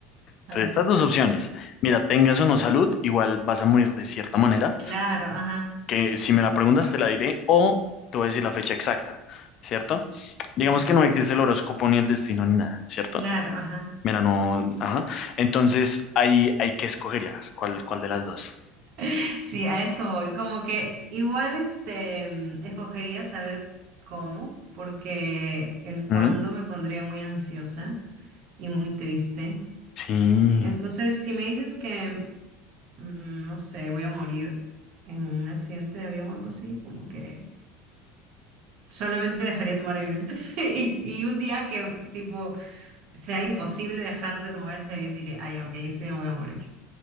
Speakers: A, on the left (about 50°); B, on the right (about 60°).
A: entonces
B: A ver,
A: estas dos opciones, mira, tengas o no salud, igual vas a morir de cierta manera,
B: claro, ajá,
A: que si me la preguntas te la diré o te voy a decir la fecha exacta, ¿cierto? Digamos
B: ajá,
A: que no existe el horóscopo ni el destino ni nada, ¿cierto?
B: claro, ajá.
A: Mira, no, ajá. Entonces, ahí hay que escogerías cuál, cuál de las dos.
B: <laughs> Sí, a eso voy. Como que igual este mm, escogería saber cómo, porque el
A: ¿Mm?
B: cuándo me pondría muy ansiosa y muy triste.
A: Sí.
B: Entonces, si me dices que, mm, no sé, voy a morir en un accidente de avión o algo así, como que solamente dejaría de tomar aviones. <laughs> Y, y un día que, tipo, sea imposible dejar de tomar ese avión, diré, ay, ok, ese día me voy a morir.